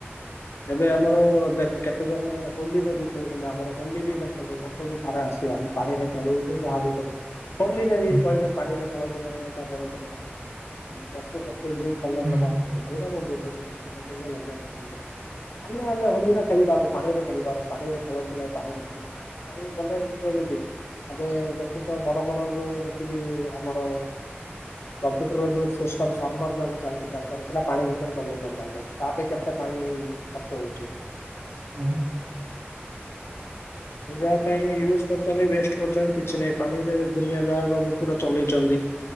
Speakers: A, on the left; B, on the right.
A: ଏବେ ଆମର ଦେଖ୍ କେତେ ଜେଣ ହୋଲିରେ ବି କୋହୁଥିଲେ ଆମର ହୋଲିକି ଦେଖନ୍ତୁ ମୋର ସବୁ ଥରେ ଆସିବା ହୁଁ ପାଣିରେ ଖେଳୁ କି ଯାହା ବି କରୁ। ହୋଲିରେ ବି
B: ହୁଁ,
A: କହିବେ ପାଣିରେ ଖେଳନ୍ତୁ ନାହିଁ ଏଟା କରନ୍ତୁ ନାହିଁ ବା। ଉଁ ପଶୁ ପକ୍ଷୀଙ୍କି କଲର
B: ହୁଁ,
A: ଲଗାନ୍ତୁନି ସେଇଟା ମୁଁ ବୁଝୁଚି ପଶୁ ପକ୍ଷୀଙ୍କି ଲଗେଇଆଟା ଠିକ୍ ଆମେ ତୁ ଆମେ ହୋଲିରେ ଖେଳି ପାରୁ ପାଣିରେ ଖେଳି ପାରୁ ପାଣିରେ ଖେଳନ୍ତୁ ନାହିଁ ପାଣି ନାହିଁ। ପାଣି ନାହିଁ ତମେ ଏମିତି ଅବେ ଦେଖୁଚ ବଡ ବଡ ଯୋଉ ଯେତିକି ଆମର କମ୍ପ୍ୟୁଟର ଯୋଉ ସିଷ୍ଟମ ସର୍ଭର ଯାକ ଚାଲିଚି ତା ତର ସେଟା ପାଣି ଭିତରେ ଚଲେଇ ପାରୁ ନାହାନ୍ତି ତା ପାଇଁ କେତେ ପାଣି ଖର୍ଚ୍ଚ ହୋଉଚି।
B: ଉଁ।
A: ସେ ଯାହା ପାଇଁ ୟୁଜ କରୁଚନ୍ତି ୱେଷ୍ଟ କରୁଚନ୍ତି କିଛି ନାହିଁ ପାଣିରେ ଦୁନିଆ ଯାହାକୁ ଆମେ ପୁରା ଚଲେଇଚନ୍ତି।